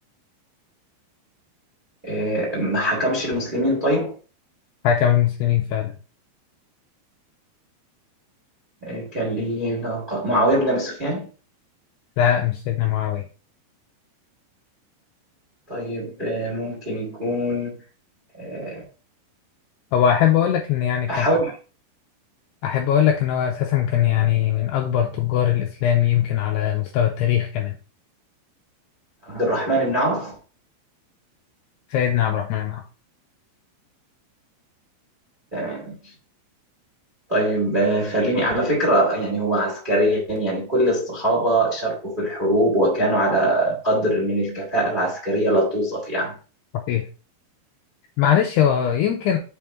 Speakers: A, on the right; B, on the left.
A: آه، ما حكمش المسلمين طيب
B: حكم المسلمين فعلا
A: آه، كان ليه ناقة معاوية بن أبي سفيان
B: لا مش سيدنا معاوية
A: طيب آه، ممكن يكون آه،
B: هو أحب أقول لك إن يعني كان
A: أحاول
B: أحب أقول لك إن هو أساسا كان يعني من أكبر تجار الإسلام يمكن على مستوى التاريخ كمان
A: عبد الرحمن بن عوف
B: سيدنا عبد الرحمن بن عوف
A: تمام طيب آه، خليني على فكرة يعني هو عسكريا يعني كل الصحابة شاركوا في الحروب وكانوا على قدر من الكفاءة العسكرية لا توصف يعني
B: صحيح معلش هو يمكن